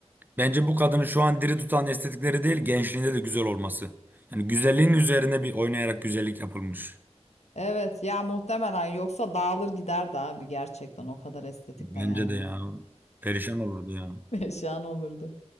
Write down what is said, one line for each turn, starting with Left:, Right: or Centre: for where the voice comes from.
Right: Bence bu kadını şu an diri tutan estetikleri değil, gençliğinde de güzel olması. Yani güzelliğin üzerine bir oynayarak güzellik yapılmış.
Left: Evet ya muhtemelen yoksa dağılır giderdi abi gerçekten o kadar estetikle
Right: Bence
Left: yani.
Right: de ya. Perişan olurdu ya.
Left: <laughs> Şan olurdu.